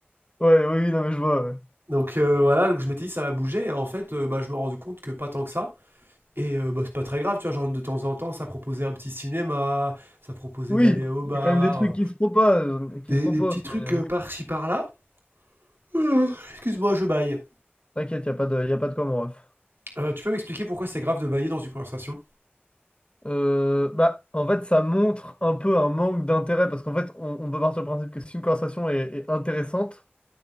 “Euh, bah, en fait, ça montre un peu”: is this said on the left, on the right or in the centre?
Left